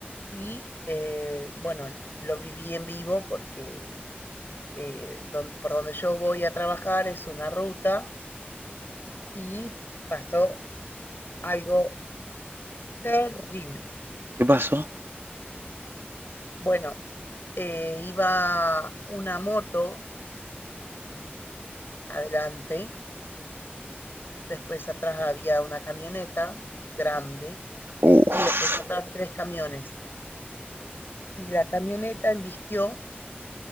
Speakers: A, on the left; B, on the right.
A: y, eh, bueno, lo viví en vivo porque eh, don- por donde yo voy a trabajar es una ruta y pasó algo terrible.
B: ¿Qué pasó?
A: Bueno, eh, iba una moto adelante Después atrás había una camioneta grande
B: Uf,
A: y después atrás tres camiones. Y la camioneta embistió